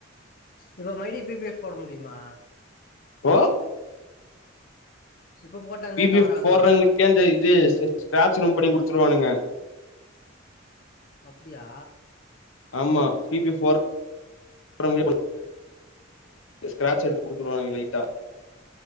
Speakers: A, on the left; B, on the left.
A: இப்ப மைடி பி பி எஃப் போட முடியுமா
B: ஓ
A: இப்ப போட்டா அந்த
B: பி பி
A: கவர்
B: எஃப்
A: ஆகுமா
B: போரதுக்கே இந்த இது ஸ்க்ரேட்ச் ரூம் பண்ணி குடுத்துருவானுங்க
A: அப்டியா
B: ஆமா பி பி எஃப் போர <inaudible> ஸ்க்ரேட்ச் எடுத்து குடுத்துருவானுக லைட்டா